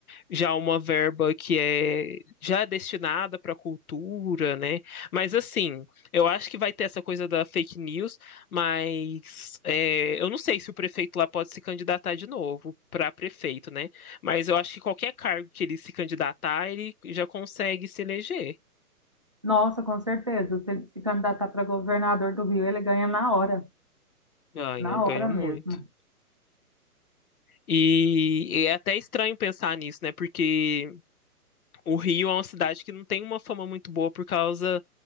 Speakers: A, on the left; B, on the right.
A: já uma verba que é já é destinada para cultura, né? Mas assim, eu acho que vai ter essa coisa da fake news, mas é, eu não sei se o prefeito lá pode se candidatar de novo para prefeito, né? Mas eu acho que qualquer cargo que ele se candidatar, ele já consegue se eleger.
B: Nossa, com certeza. Se ele se candidatar para governador do Rio, ele ganha na hora,
A: Ganha,
B: na
A: ganha
B: hora
A: muito.
B: mesmo.
A: E e é até estranho pensar nisso, né? Porque O Rio é uma cidade que não tem uma fama muito boa por causa